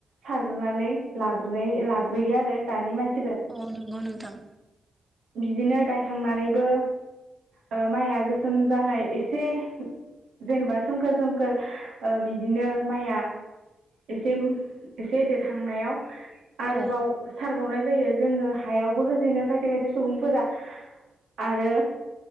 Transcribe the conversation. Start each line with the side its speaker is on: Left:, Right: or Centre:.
Right: सारग्रोनानै लाग्रोनाय लाग्रोयो आरो दानि मानसि
Centre: अ नंगौ नोंथां
Right: बिदिनो गायखांनानैबो ओ माइया गोसोम जानाय एसे जेनेबा सोमखोर सोमखोर ओ बिदिनो माइया एसे एसे देरहांनायाव आरोबाव
Centre: औ
Right: सारबावनाय होयो जोङो हायावबो होजेनो खायसे खायसे सुबुंफोरा आरो